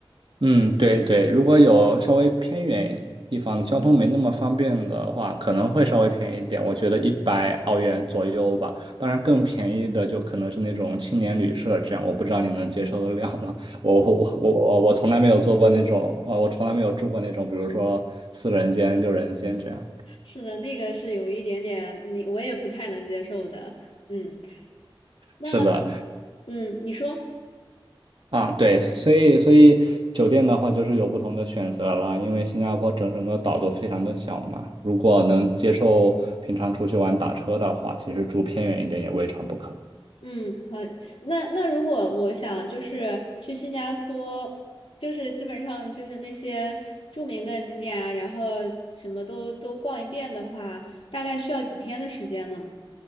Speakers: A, on the right (about 60°); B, on the left (about 80°).
A: 嗯，对对，如果有稍微偏远地方交通没那么方便的话，可能会稍微便宜一点，我觉得一百澳元左右吧。当然，更便宜的就可能是那种青年旅社这样，我不知道你能接受得了吗？<laughs> 我我我我我从来没有做过那种，啊，我从来没有住过那种，比如说四人间、六人间这样。
B: 是的，那个是有一点点，你我也不太能接受的。嗯，那
A: 是的，
B: 嗯，你说，
A: 啊，对，所以所以酒店的话就是有不同的选择啦，因为新加坡整整个岛都非常的小嘛，如果能接受平常出去玩打车的话，其实住偏远一点也未尝不可。
B: 嗯，好，那那如果我想就是去新加坡，就是基本上就是那些著名的景点啊，然后什么都都逛一遍的话，大概需要几天的时间呢？